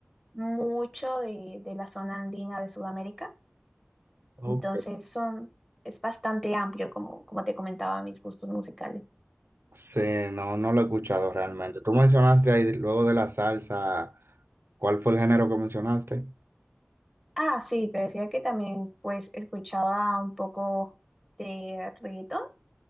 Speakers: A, in the centre; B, on the right.
A: mucho de, de la zona andina de Sudamérica.
B: Ok.
A: Entonces son, es bastante amplio, como, como te comentaba, mis gustos musicales.
B: Sí, no, no lo he escuchado realmente. Tú mencionaste ahí luego de la salsa, ¿cuál fue el género que mencionaste?
A: Ah, sí, te decía que también pues escuchaba un poco de reggaetón